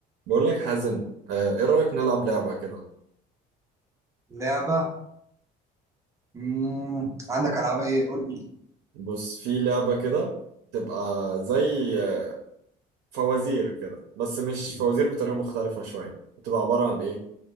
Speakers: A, on the right; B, on the right.
A: بقول لك حازم آه، ايه رأيك نلعب لعبة كده
B: لعبة مم. عندك ألعاب إيه قول لي
A: بص في لعبة كده تبقى زي آه، فوازير كده بس مش فوازير بطريقة مختلفة شوية بتبقى عبارة عن ايه